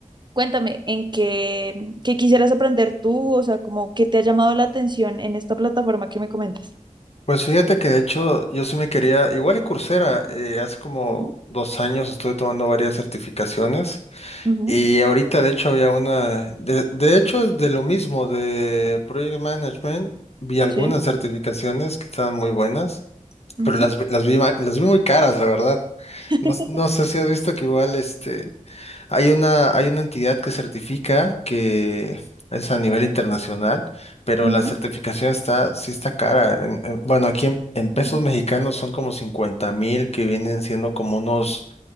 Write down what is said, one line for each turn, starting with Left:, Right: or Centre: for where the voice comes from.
Right: cuéntame, ¿en qué, qué quisieras aprender tú? O sea, como qué te ha llamado la atención en esta plataforma que me comentas.
Left: Pues fíjate que de hecho yo sí me quería, igual en Coursera, eh, hace como
Right: Ujú,
Left: dos años estuve tomando varias certificaciones
Right: ujú,
Left: Y ahorita, de hecho, había una, de, de hecho, de lo mismo, de Project Management, vi algunas
Right: Sí.
Left: certificaciones que estaban muy buenas,
Right: ujú,
Left: pero las, las vi, ma- las vi muy caras, la verdad.
Right: <laughs>
Left: No, no sé si has visto que igual, este, hay una, hay una entidad que certifica que es a nivel internacional, pero
Right: ujú.
Left: la certificación está, sí está cara. En- en- bueno, aquí en, en pesos
Right: Y
Left: mexicanos son como cincuenta mil que vienen siendo como unos